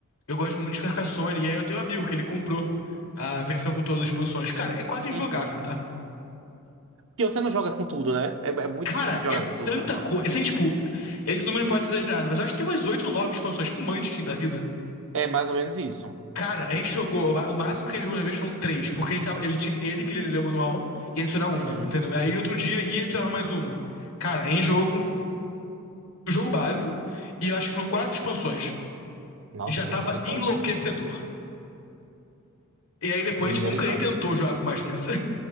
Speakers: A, on the left; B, on the right.
A: eu gosto muito de Carcassonne. E aí eu tenho um amigo que ele comprou a versão com todas as expansões. Cara, é quase injogável,
B: Uhum.
A: tá?
B: Porque você não joga com tudo, né? é é muito
A: Cara,
B: difícil jogar
A: é
B: com tudo.
A: tanta coisa. Assim, tipo, esse número pode ser exagerado, mas eu acho que tem umas oito ou nove expansões, tipo Munchkin da vida.
B: É mais ou menos isso.
A: Cara, a gente jogou, o ma- o máximo que a gente jogou na vez foram três, porque ele, tava, ele, tinha- ele queria ler o manual e adicionar uma,
B: Uhum.
A: entendeu? Aí outro dia ia adicionar mais uma. Cara, a gente jogou com o jogo base, e eu acho que foram quatro expansões.
B: Nossa,
A: já tava
B: misericórdia.
A: enlouquecedor. E aí depois
B: Misericórdia.
A: a gente nunca nem tentou jogar com mais que isso.